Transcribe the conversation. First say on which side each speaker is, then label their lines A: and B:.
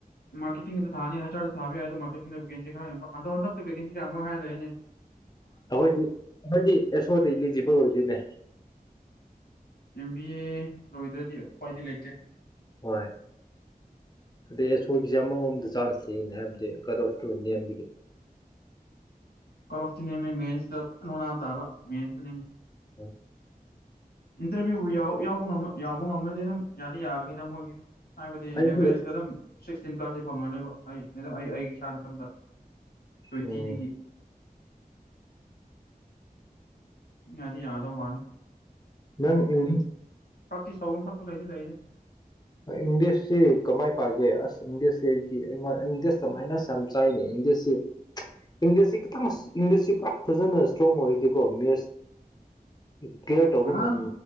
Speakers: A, on the left; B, on the left.
A: ꯃꯥꯔꯀꯦꯇꯤꯡꯗ ꯊꯥꯅꯤ ꯍꯥꯏꯁꯨ ꯊꯥꯕ ꯌꯥ ꯍꯥꯏꯗꯣ ꯃꯥꯔꯀꯦꯗꯀꯁꯤ ꯈꯔ ꯑꯟꯗ ꯍꯟꯗꯛꯇꯚꯀꯦꯟꯁꯤ ꯌꯥꯝ ꯍꯥꯏꯔ ꯂꯩꯅꯦ <inaudible>
B: ꯑꯩꯈꯣꯏꯗꯤ ꯑꯩꯈꯣꯏꯗꯤ ꯑꯦꯁꯣꯗ ꯏꯂꯤꯖꯤꯕꯜ ꯑꯣꯏꯗꯣꯏꯅꯦ
A: ꯑꯦꯝ ꯕꯤ ꯑꯦ ꯂꯣꯏꯗ꯭ꯔꯗꯤ ꯎ꯭ꯋꯥꯏꯗꯤ ꯂꯩꯇꯦ
B: ꯍꯣꯏ ꯑꯗꯩ ꯑꯁꯣꯏꯒꯤꯁꯦ ꯑꯃꯃꯝꯗ ꯆꯥꯟꯁ ꯂꯩꯅꯤ ꯍꯥꯏꯕꯗꯤ ꯀꯠ ꯑꯣꯐꯇꯨ ꯅꯦꯝꯕꯒꯤ
A: ꯀꯇꯃꯦ ꯃꯦꯟꯁꯇꯅꯥ ꯇꯥꯕꯦꯟꯇ
B: ꯑꯥ
A: ꯏꯟꯇꯔꯚꯤꯌꯨ ꯌꯥꯎꯕ ꯌꯥꯎꯕ ꯉꯝꯃ ꯑꯗꯨꯝ ꯌꯥꯗꯤ ꯌꯥꯒꯅꯤ ꯅꯃꯣꯏꯒꯤꯗ ꯍꯥꯏꯕꯗꯤ
B: ꯑꯩꯁꯨ
A: ꯑꯦꯚꯔꯦꯁ ꯑꯗꯨꯝ ꯁꯤꯛꯁꯇꯤꯟ ꯄ꯭ꯂꯥꯁꯁꯤ ꯐꯪꯉꯅꯦꯕ ꯑꯩ ꯃꯦꯝ ꯑꯩ ꯑꯩ ꯏꯁꯥꯅ ꯈꯟꯕ ꯇ꯭ꯋꯦꯟꯇꯤꯗꯒꯤ
B: ꯎꯝ
A: ꯑꯗꯤ ꯌꯥꯗ ꯃꯥꯅꯤ
B: ꯅꯪ ꯏꯪ
A: ꯄ꯭ꯔꯥꯛꯇꯤꯁ ꯇꯧꯕ ꯑꯃ ꯊꯛꯁꯨ ꯂꯩꯇ ꯂꯩꯗ
B: ꯏꯪꯂꯤꯁꯁꯤ ꯀꯃꯥꯏꯅ ꯄꯥꯒꯦ ꯑꯁ ꯏꯪꯂꯤꯁꯁꯤ ꯑꯩꯗꯤ ꯑꯩꯉꯣꯟ ꯏꯪꯂꯤꯁ ꯀꯃꯥꯏꯅ ꯌꯥꯝ ꯆꯥꯏꯅꯤ ꯍꯗꯁ ꯏꯪꯗꯦꯁꯁꯤ ꯈꯤꯇꯪ ꯏꯪꯁꯁꯤ ꯄꯨꯔꯥ ꯐꯖꯅ ꯏꯁꯇ꯭ꯔꯣꯡ ꯑꯣꯏꯔꯗꯤꯀꯣ ꯃꯦꯁ ꯀ꯭ꯂꯤꯌꯥꯔ ꯇꯧꯕ
A: ꯅꯍꯥꯟ
B: ꯉꯝ